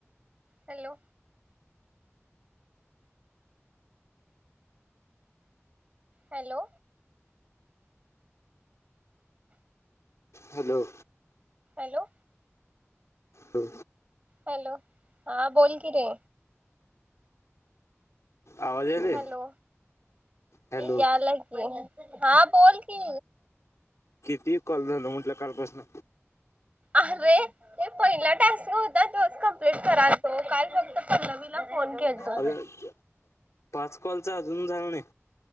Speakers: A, on the right; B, on the left.
A: हॅलो हॅलो
B: हॅलो
A: हॅलो
B: हो
A: हॅलो हा बोल की रे
B: आवाज यायले
A: हॅलो
B: हॅलो
A: यालाय की हा बोल की
B: किती कॉल झाल म्हटलं कालपासन
A: अरे ते पहिला टास्क होता तोच कमप्लीट करालतो. काल फक्त पल्लवीला फोन केलतो
B: अजून पाच कॉलचा अजून झाल नाही?